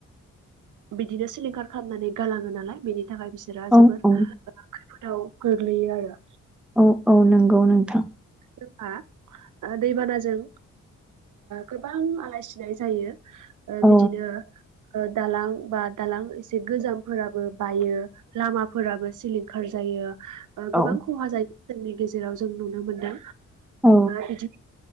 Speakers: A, on the right; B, in the centre.
A: बिदिनो सिलिंखार खालामनानै गालाङो नालाय बिनि नि थाखाय बिसोरा
B: औ
A: जोबोोर
B: औ
A: खैफोदाव गोग्लैयो आरो
B: औ औ नंगौ नोंथां
A: जबा दैबानाजों गोबां आलाय सिलाय जायो ओ
B: औ
A: बिदिनो दालां बा दालां एसे गोजामफोराबो बायो लामाफोराबो सिलिंखार जायो
B: औ
A: गोबां खहा जायो जोंनि गेजेराव जों नुनो मोनदों
B: औ
A: बिदि